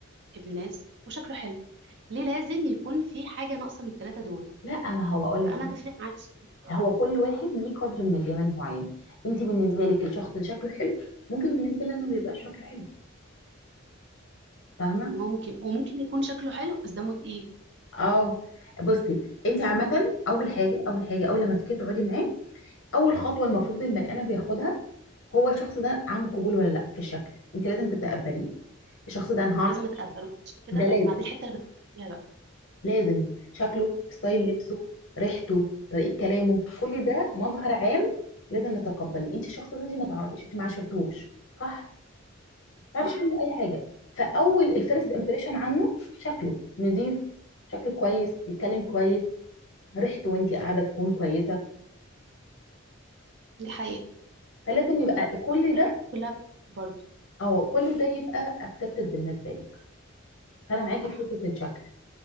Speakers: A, on the right; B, on the left.
A: ابن ناس وشكله حلو ليه لازم يكون في حاجه ناقصه من الثلاثه دول
B: لا ما هو اقول لك
A: فانا بفرق معايا الشكل بصراحه
B: هو كل واحد ليه قدر من الجمال معين انت بالنسبة لك الشخص اللي شكله حلو ممكن بالنسبة لي انا ما بيبقاش شكله حلو فاهمة
A: ممكن وممكن يكون شكله حلو بس دمه تقيل
B: اه بصي انت عامة
A: مم.
B: اول حاجة اول حاجة اول لما تيجي تقعدي معاه اول خطوة المفروض البني ادم بياخدها هو الشخص ده عنده قبول ولا لا في الشكل انت لازم تتقبليه الشخص ده انا
A: ما
B: هعرف
A: لازم اتقبله عشان كده
B: ده لازم
A: ما دي الحته اللي بتكلم فيها بقى
B: لازم شكله ستايل
A: مم.
B: لبسه ريحته طريقة كلامه كل ده مظهر عام لازم نتقبليه انت الشخص ده انت ما تعرفيش انت ما عاشرتوش صح ما
A: صح
B: تعرفيش عنه اي حاجة فاول الفيرست
A: مم.
B: امبريشن عنه شكله نظيف شكله كويس بيتكلم كويس ريحته وانت قاعدة تكون كويسة
A: دي حقيقه
B: فلازم يبقى كل
A: يعني دي
B: ده
A: حاجات كلها برضو
B: او كل ده يبقى اكسبتد بالنسبة لك فانا معاكي
A: صح
B: في حتة الشكل